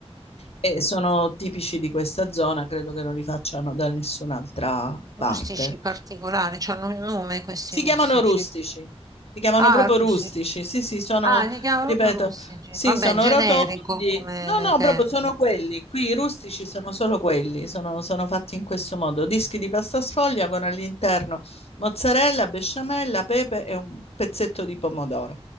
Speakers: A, on the left; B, on the right.
A: E sono tipici di questa zona, credo che non li facciano da nessun'altra parte.
B: Rustici particolari, cioè hanno un nome questi
A: Si
B: rustici.
A: chiamano rustici, si chiamano
B: Ah,
A: proprio
B: rustici.
A: rustici. Sì, sì, sono,
B: Ah, li chiamano
A: ripeto,
B: proprio rustici.
A: sì,
B: Vabbè,
A: sono
B: generico
A: rotondi.
B: come
A: No, no,
B: termine.
A: proprio sono quelli. Qui i rustici sono solo quelli, sono, sono fatti in questo modo. Dischi di pasta sfoglia con all'interno mozzarella, besciamella, pepe e un pezzetto di pomodoro.